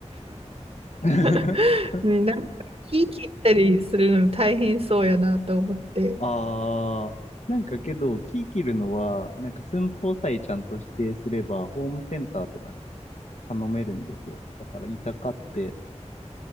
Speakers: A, on the left (about 70°); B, on the right (about 55°).
A: <laughs>
B: <laughs> ね、なんか木切ったりするの大変そうやなと思って。
A: ああ、なんかけど、キー切るのは、なんか寸法さえちゃんと指定すれば、ホームセンターとかで頼めるんですよ。だから、板買って、